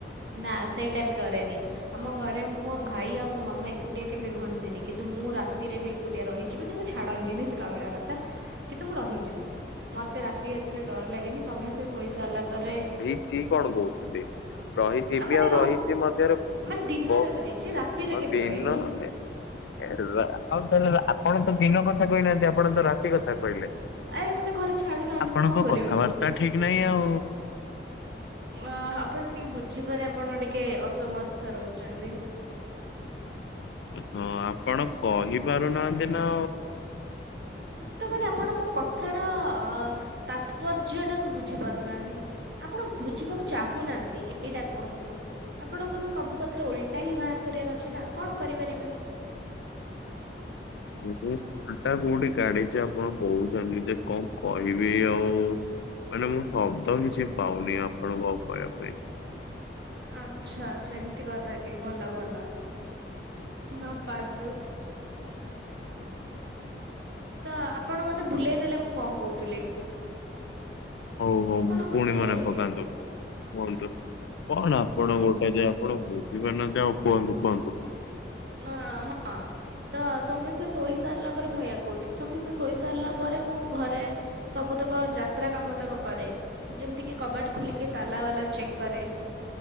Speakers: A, on the right (about 80°); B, on the left (about 80°).
A: ନା ସେଇଟା ବି ଡରେନି। ଆମ ଘରେ ମୋ ଭାଇ ଆଉ ମୋ ମାମା ଏକୁଟିଆ କେବେ ରୁହନ୍ତିନି କିନ୍ତୁ ମୁଁ ରାତିରେ ବି ଏକୁଟିଏ ରହିଯିବି କିନ୍ତୁ ଛାଡ଼ନ୍ତିନି ସେଟା ଅଲଗା କଥା କିନ୍ତୁ ମୁଁ ରହିଯିବି। ମୋତେ ରାତି ଏଥିରେ ଡର ଲାଗେନି ସମସ୍ତେ ଶୋଇ ସାରିଲା ପରେ
B: ଚି କଣ କହୁଛନ୍ତି? ରହିଜିବି
A: ଆ, ମାନେ
B: ଆଉ ରହିଛି ମଧ୍ୟରେ
A: ମାନେ ଦିନରେ
B: ବଉ
A: ରହିଛି ରାତିରେ କେବେ
B: ଦିନ
A: ରହିନି
B: ମାନେ ଆଉ ତାହେଲେ ଆପଣ ତ ଦିନ କଥା କହିନାହାନ୍ତି ଆପଣ ତ ରାତି କଥା କହିଲେ?
A: ଆରେ ମତେ ଘରେ ଛାଡି ନାହାନ୍ତି
B: ଆପଣଙ୍କ
A: ମୁ କଣ
B: କଥାବାର୍ତ୍ତା
A: କରି
B: ଠିକ ନାହିଁ ଆଉ।
A: ଅ ଆପଣ ଟିକେ ବୁଝିବାରେ ଆପଣ ଟିକେ ଅସମର୍ଥ ରହୁଛନ୍ତି।
B: ହଁ ଆପଣ କହିପାରୁନାହାନ୍ତି ନା ଆଉ।
A: ତ ମାନେ ଆପଣ ମୋ କଥାର ଅ ତାତ୍ପର୍ଯ୍ୟଟାକୁ ବୁଝି ପାରୁନାହାନ୍ତି? ଆପଣ ବୁଝିବାକୁ ଚାହୁଁନାହାନ୍ତି ଏଇଟା କୁହନ୍ତୁ। ଆପଣଙ୍କୁତ ସବୁ କଥାରେ ଓଲଟା ହିଁ ବାହାର କରିବାର ଅଛି ନା କଣ କରିପାରିବି ମୁଁ।
B: ଉ ହୁଁ। ଓଲଟା କୋଉଠି ଗାଢିଛି ଆପଣ କହୁଛନ୍ତି ଯେ କଣ କହିବି ଆଉ। ମାନେ ମୁଁ ଶବ୍ଦ କିଛି ପାଉନି ଆପଣଙ୍କୁ ଆଉ କହିବା ପାଇଁ।
A: ଆଚ୍ଛା ଆଚ୍ଛା ଏମିତି କଥା କି ଭଲ ଭଲ ନ ପାଆନ୍ତୁ। ତ ଆପଣ ମତେ ଭୁଲେଇ ଦେଲେ ମୁଁ କଣ କହୁଥିଲି।
B: ହଉ ହଉ
A: ଆପଣ ଗୋଟେ
B: ପୁଣି ମନେ ପକାନ୍ତୁ। କୁହନ୍ତୁ କଣ ଆପଣ ଗୋଟେ ଯ ଆପଣ ବୁଝିପାରୁନାହାନ୍ତି ଆଉ କୁହନ୍ତୁ କୁହନ୍ତୁ?
A: ନା ହଁ। ତ ସମସ୍ତେ ଶୋଇ ସାରିଲା ପରେ ମୁଁ ଏୟା କହୁଥିଲି ସମସ୍ତେ ଶୋଇ ସାରିଲା ପରେ ମୁଁ ଘରେ ସବୁତକ ଯାତ୍ରା କାମତକ କରେ ଯେମିତିକି କବାଟ ଖୋଲିକି ତାଲା ବାଲା ଚେକ୍ କରେ